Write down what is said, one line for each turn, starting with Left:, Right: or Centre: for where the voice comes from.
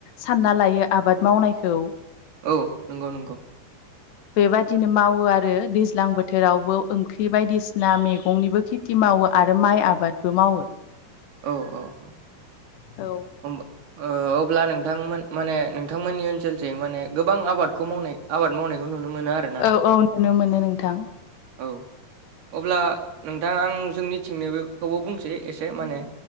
Left: सानना लायो आबाद मावनायखौ
Right: औ नंगौ नंगौ
Left: बेबायाददिनो मावो आरो दैज्लां बोथोरावबो ओंख्रि बायदिसिना मेगंनिबो खि थि मावो आरो माइ आबादबो मावो
Right: औ औ औ
Left: औ
Right: होमबा ओ ओ अब्ला नोंथांमोन माने नोंथांमोननि ओनसोलजों माने गोबां आबादखौ मावनाय आबाद मावनायखौ नुनो मोनो आरो
Left: औ औ नुनो मोनो नोंथां
Right: औ अब्ला नोंथां आं जोंनिथिंनि बेखौबो बुंसै एसे माने